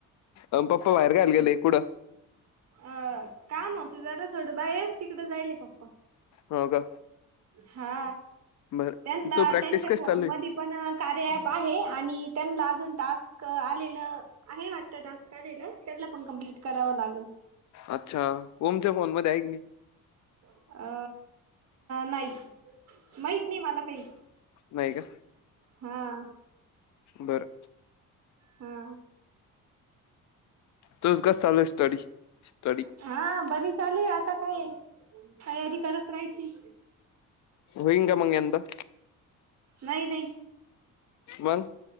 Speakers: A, on the left (about 60°); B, on the right (about 50°).
A: अ पप्पा बाहेर <unintelligible> कायला गेले कुडं.
B: अ -काम होत जरा थोडं बाहेर तिकडं जाईले पप्पा.
A: हो का
B: हा
A: बर
B: त्यांना
A: तू प्रॅक्टिस
B: त्यांच्या
A: कशी
B: फोन
A: चालू
B: मधी
A: आहे
B: पण कार्या ॲप आहे आणि त्यांना अजून टास्क आलेलं आहे वाटतं टास्क आलेलं त्यानला पण कमप्लीट करावं लागल.
A: अच्छा ओमच्या फोन मध्ये आहे की नाही?
B: अ नाही. माहित नाही मला काही
A: नाही का
B: हा.
A: बरं.
B: हा.
A: तुझ चालू हाय स्टडी. स्टडी
B: हा बरी चाली आता काय तयारी करत रायची.
A: व्हईन का मग यंदा?
B: नाही नाही
A: मग